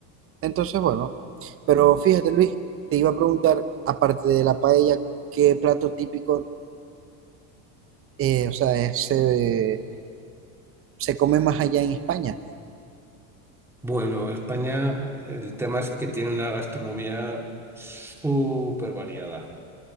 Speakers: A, on the right; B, in the centre.
A: Entonces, bueno, pero fíjate, Luis, te iba a preguntar, aparte de la paella, ¿qué plato típico, eh, o sea, es- se, se come más allá en España?
B: Bueno, España, el tema es que tiene una gastronomía súper variada.